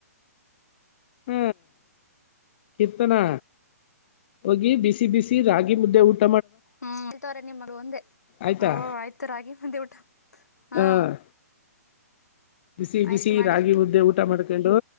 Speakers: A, on the left; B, on the left.
A: ಹ್ಮ. ಕಿರ್ತನಾ ಹೋಗಿ ಬಿಸಿ ಬಿಸಿ ರಾಗಿ ಮುದ್ದೆ ಉಟ್ಟ.
B: ಹ್ಮ್ ಇತ್ರ ನಿಮ್ಮಗ್ ಒಂದೇ
A: ಆಯ್ತಾ
B: ಓ ಆಯ್ತು ರಾಗಿ ಮಂದಿ ಊಟ. ಹಾ.
A: ಹ ಬಿಸಿ ಬಿಸಿ
B: ಆಯ್ತು ಮಾಡಿ
A: ರಾಗಿ ಮುದ್ದೆ ಊಟ ಮಾಡ್ಕೊಂಡು.